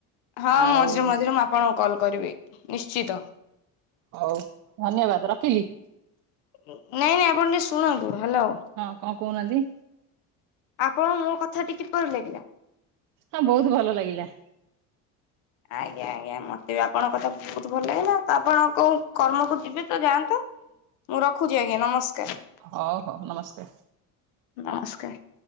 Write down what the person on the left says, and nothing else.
ହଁ
ମଝିରେ ମଝିରେ ମୁଁ ଆପଣଙ୍କୁ କଲ୍ କରିବି ନିଶ୍ଚିତ।
ନାଇଁ ନାଇଁ ଆପଣ ଟିକେ ଶୁଣନ୍ତୁ ହାଲୋ।
ଆପଣଙ୍କୁ ମୋ କଥାଟି କିପରି ଲାଗିଲା?
ଆଜ୍ଞା ଆଜ୍ଞା। ମତେ ବି ଆପଣଙ୍କ କଥା ବହୁତ ଭଲ ଲାଗିଲା। ତ ଆପଣ କୋଉଁ କର୍ମକୁ ଏବେ ତ ଯାଆନ୍ତୁ, ମୁଁ ରଖୁଛି ଆଜ୍ଞା ନମସ୍କାର।
ନମସ୍କାର।